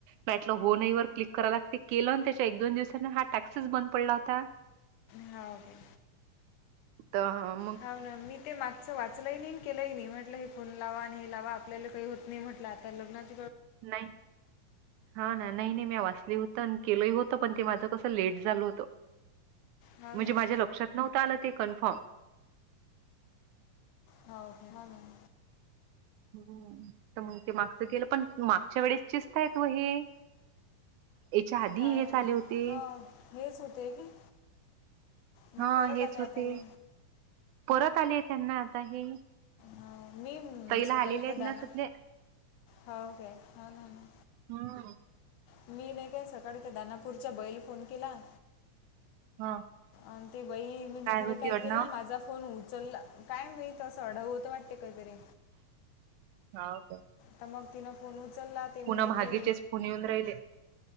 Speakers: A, on the right (about 80°); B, on the left (about 80°).
A: बॅटलं हो नाही वर क्लिक कराय लागते केलं त्याच्या एक दोन दिवसां हा टॅक्सीच बंद पडला होता
B: हा काे
A: तर ह
B: हा ना मी ते मागचं वाचलंय नाही केलंही नाही म्हटलं हे फोन लावा आणि हे लावा आपल्याला काही होत नाही म्हटलं आता लग्नात
A: नाही. हा ना नाही नाही मी वाचली होत आणि केलंही होतं पण ते माझं कसं लेट झालं होतं.
B: हो
A: म्हणजे
B: ना ना
A: माझ्या लक्षात नव्हत आलं ते कन्फर्म
B: हा ओके हो मॅम
A: हम्म तर मग ते मागचं गेलं पण मागच्या वेळेसचेस्त आहेत त व हे याच्या आधी
B: काय
A: हेच आले होते.
B: हा हेच होतेय की मग
A: हां,
B: परत
A: हेच
B: आले आता
A: होते.
B: हे.
A: परत आले त्यांना आता हे.
B: हो मी
A: ताईला
B: सकाळी
A: आलेले
B: तर
A: आहेत
B: द ना
A: सध्या
B: होक हो ना ना.
A: हम्म.
B: मी नाही काय सकाळी त्या दानापूरच्या बैला फोन केला.
A: हं.
B: आणि ते बई म्ही तिला
A: होती
B: काय
A: आडनाव?
B: केलं माझा फोन उचलला. काय मित असं ढा होत वाटते काहीतरी
A: हा ओके.
B: तर मग तिनं फोन उचलला ते म्हणे
A: मागेचेच
B: कि
A: फोन येऊन राहिले.